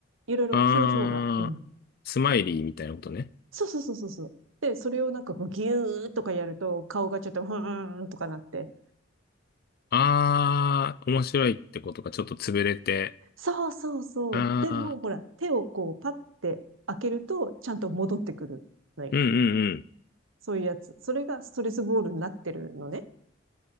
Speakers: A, on the right; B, on the left.
A: いろいろ表情が。
B: ああ、
A: うん。
B: スマイリーみたいなことね。
A: そうそうそうそうそう。で、それをなんかこうギューとかやると顔がちょっとふーんとかなって。
B: ああ、面白いってことがちょっと潰れて。
A: そうそうそう。
B: ああ、
A: でも、ほら、手をこうパッて開けるとちゃんと戻ってくるのよ。
B: うんうん
A: そういうやつ。それがストレスボールになってるのね。